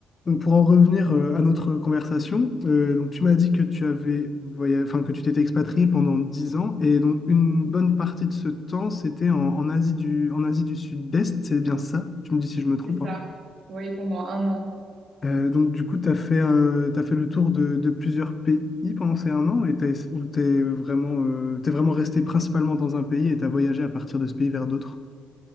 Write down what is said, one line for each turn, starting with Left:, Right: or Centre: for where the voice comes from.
Left: Donc, Pour en revenir euh, à notre conversation, euh, donc tu m'as dit que tu avais voya- enfin, que tu t'étais expatrié pendant 10 ans et donc une
Right: Mhm.
Left: bonne partie de ce temps c'était en, en Asie du, en Asie du Sud-Est, c'est bien ça? Tu me dis si je me trompe,
Right: C'est ça.
Left: hein.
Right: Oui, pendant un an.
Left: Euh, donc du coup, tu as fait, euh, t'as fait le tour de, de plusieurs pays pendant ces un an et t'as, ess- ou t'es vraiment, euh, t'es vraiment resté principalement dans un pays et tu as voyagé à partir de ce pays vers d'autres.